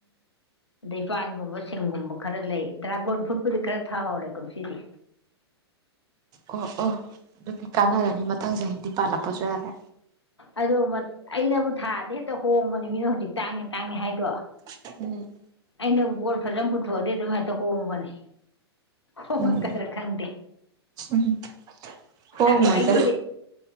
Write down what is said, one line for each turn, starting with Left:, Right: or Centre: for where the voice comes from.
Left: ꯑꯗꯩ ꯄꯥꯟꯒꯨꯝꯕ ꯁꯤꯡꯒꯨꯝꯕ ꯈꯔ ꯂꯩ ꯗ꯭ꯔꯥꯒꯣꯟ ꯐ꯭ꯔꯨꯠꯄꯨꯗꯤ ꯈꯔ ꯊꯥꯍꯧꯔꯦ ꯀꯨꯝꯁꯤꯗꯤ
Right: ꯑꯣ ꯑꯣ ꯑꯗꯨꯒꯤ ꯀꯥꯟꯅꯔꯅꯤ ꯃꯊꯪ ꯆꯍꯤꯗꯤ ꯄꯥꯜꯂꯛꯄꯁꯨ ꯌꯥꯔꯦ
Left: ꯑꯗꯣ ꯑꯩꯅꯕꯨ ꯊꯥꯗꯤ ꯍꯦꯛꯇ ꯍꯣꯡꯕꯅꯦ ꯃꯤꯅ ꯍꯧꯖꯤꯛ ꯇꯥꯡꯉꯦ ꯇꯥꯡꯉꯦ ꯍꯥꯏꯗꯣ
Right: <unintelligible>
Left: ꯑꯩꯅꯕꯨ ꯄꯕꯣꯠ ꯐꯖꯅ ꯄꯨꯊꯣꯛꯑꯗꯤ ꯑꯗꯨꯝꯥꯏꯅ ꯍꯣꯡꯕꯅꯦ ꯍꯣꯉꯛꯀꯗ꯭ꯔ
Right: ꯎꯝ
Left: ꯈꯪꯗꯦ
Right: ꯎꯝ ꯍꯣꯡꯉꯣꯏꯗ
Left: ꯑꯈꯣ ꯑꯩꯒꯗꯤ